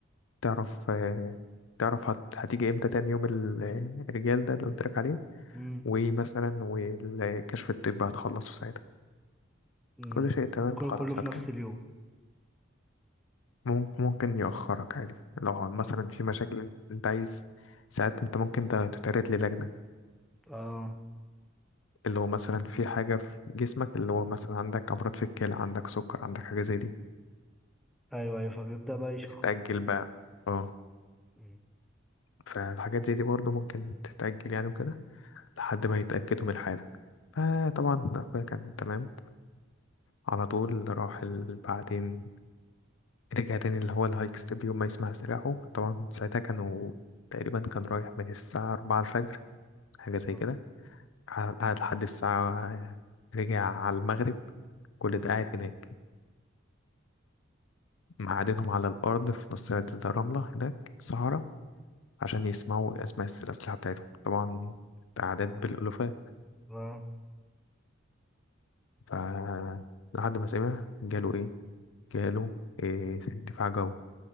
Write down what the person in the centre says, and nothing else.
مم.
مم.
ده كله
كله في
نفس اليوم
اه
اه
ايوه ايوه فبيبدأ بقى يشخصها
كده
مم.
اه
اه